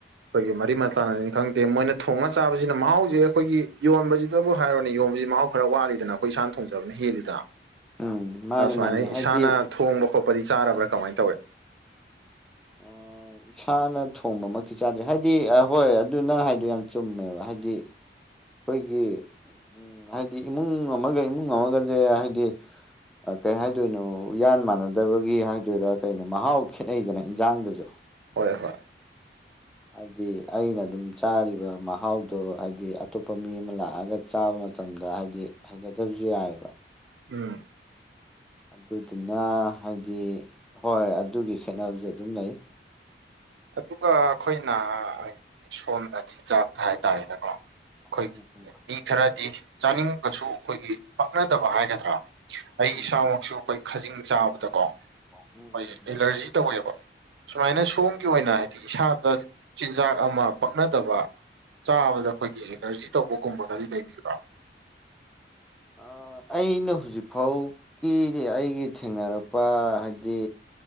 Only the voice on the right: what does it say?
ꯑꯈꯣꯏꯒꯤ ꯃꯔꯤ ꯃꯇꯥꯅꯅꯤ ꯈꯪꯗꯦ ꯃꯣꯏꯅ ꯊꯣꯡꯉ ꯆꯥꯕꯁꯤꯅ ꯃꯍꯥꯎꯁꯦ ꯑꯈꯣꯏꯒꯤ ꯌꯣꯟꯕꯁꯤꯗꯕꯨ ꯍꯥꯏꯔꯣꯅꯦ ꯌꯣꯟꯕꯁꯤ ꯃꯍꯥꯎ ꯈꯔ ꯋꯥꯠꯂꯤ ꯑꯗꯨꯅ ꯑꯈꯣꯏ ꯏꯁꯥꯅ ꯊꯣꯡꯖꯕꯅ ꯍꯦꯜꯂꯤꯗꯅ
ꯁꯨꯃꯥꯏꯅ
ꯏꯁꯥꯅ ꯊꯣꯡꯕ ꯈꯣꯠꯄꯗꯤ ꯆꯥꯔꯕ꯭ꯔꯥ ꯀꯃꯥꯏ ꯇꯧꯋꯦ
ꯍꯣꯏ ꯍꯣꯏ
ꯎꯝ
ꯑꯗꯨꯒ ꯑꯈꯣꯏꯅ ꯍꯥꯏꯗꯤ ꯁꯣꯝꯗ ꯆꯤꯟꯖꯥꯛꯇ ꯍꯥꯏꯇꯥꯔꯦꯅꯀꯣ ꯑꯈꯣꯏꯒꯤ
ꯃꯤ ꯈꯔꯗꯤ ꯆꯥꯅꯤꯡꯉꯁꯨ ꯑꯈꯣꯏꯒꯤ ꯄꯛꯅꯗꯕ ꯍꯥꯏꯒꯗ꯭ꯔꯥ ꯑꯩ
ꯏꯁꯥꯃꯛꯁꯨ
ꯑꯈꯣꯏ ꯈꯖꯤꯡ ꯆꯥꯕꯗꯀꯣ
ꯈꯣꯏ
ꯑꯦꯂꯔꯖꯤ
ꯇꯧꯋꯦꯕ ꯁꯨꯃꯥꯏꯅ ꯁꯨꯝ ꯑꯩꯑꯤ ꯑꯣꯏꯅ ꯍꯥꯏꯗꯤ ꯏꯁꯥꯗ ꯆꯤꯟꯖꯥꯛ ꯑꯃ ꯄꯛꯅꯗꯕ ꯆꯥꯕꯗ ꯑꯈꯣꯏꯒꯤ ꯑꯦꯂꯔꯖꯤ ꯇꯧꯕꯒꯨꯝꯕꯒꯗꯤ ꯂꯩꯕꯤꯕ꯭ꯔꯥ